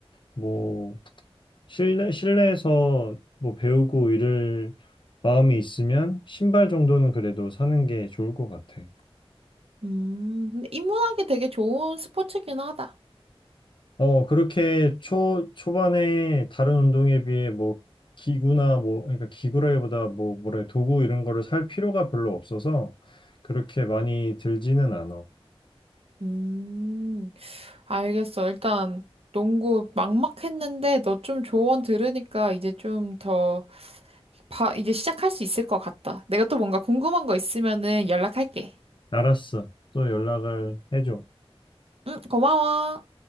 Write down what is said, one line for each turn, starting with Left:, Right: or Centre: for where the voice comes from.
Left: 뭐, 실내, 실내에서 뭐, 배우고 이럴 마음이 있으면, 신발 정도는 그래도 사는 게 좋을 것 같아.
Right: 음. 근데 입문하기 되게 좋은 스포츠긴 하다.
Left: 어, 그렇게 초, 초반에 다른 운동에 비해 뭐 기구나 뭐, 그러니까 기구라기보다 뭐, 뭐래, 도구 이런 거를 살 필요가 별로 없어서 그렇게 많이 들지는 않아.
Right: 음, 알겠어. 일단 농구 막막했는데 너 좀 조언 들으니까 이제 좀 더, 봐, 이제 시작할 수 있을 것 같다. 내가 또 뭔가 궁금한 거 있으면은 연락할게.
Left: 알았어. 또 연락을 해줘.
Right: 응, 고마워.